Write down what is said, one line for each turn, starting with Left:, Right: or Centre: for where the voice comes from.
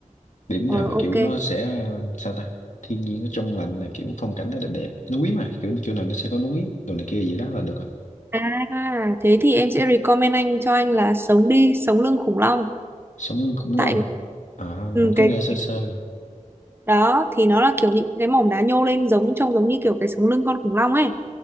Left: điểm
Right: ờ,
Left: nào mà
Right: ok
Left: kiểu nó sẽ ờ, sao ta thiên nhiên nó trong lành này kiểu phong cảnh nó đẹp đẹp núi mà kiểu chỗ nào nó sẽ có núi đồ này kia vậy đó là được rồi
Right: à thế thì em sẽ recommend anh cho anh là sống đi sống lưng khủng long
Left: sống lưng khủng long
Right: tại
Left: à
Right: ừ,
Left: anh có
Right: cái
Left: nghe sơ
Right: cái-
Left: sơ
Right: đó thì nó là kiểu những cái mỏm đá nhô lên giống trông giống như kiểu cái sống lưng con khủng long ấy